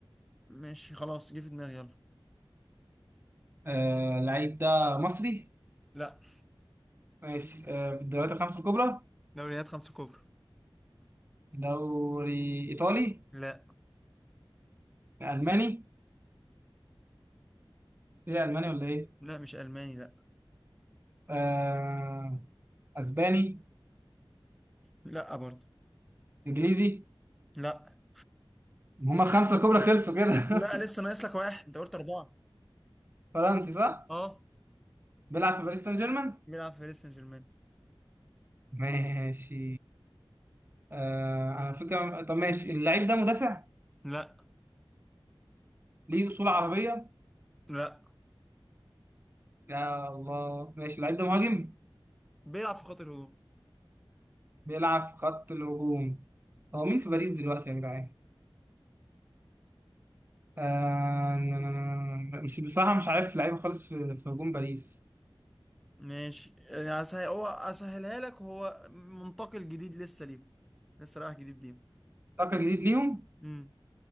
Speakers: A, in the centre; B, on the right.
A: ماشي خلاص جه في دماغي يلا
B: آه اللعيب ده مصري
A: لا
B: ماشي آه، في الدوريات الخمسة الكبرى
A: دوريات خمسة كبرى
B: دوري إيطالي
A: لا
B: ألماني إيه ألماني ولا إيه؟
A: لا مش ألماني لا
B: آه، أسباني
A: لا برضه
B: إنجليزي
A: لا
B: هما الخمسة الكبرى خلصوا كده <laughs>
A: لا لسه ناقص لك واحد انت قلت أربعة
B: فرنسي صح؟
A: اه
B: بيلعب في باريس سان جيرمان؟
A: بيلعب في باريس سان جيرمان
B: ماشي آه أنا فكرة طب ماشي اللعيب ده مدافع
A: لا
B: ليه أصول عربية؟
A: لا
B: يا الله ماشي اللعيب ده مهاجم
A: بيلعب في خط الهجوم
B: بيلعب في خط الهجوم هو مين في باريس دلوقتي يا جدعان؟ آه... ن- ن- ن- ن- مش بصراحة مش عارف لعيبة خالص في في هجوم باريس
A: ماشي يعني هسهل هو اسهلها لك هو منتقل جديد لسه ليهم لسه رايح جديد ليهم
B: فاكر جديد ليهم
A: امم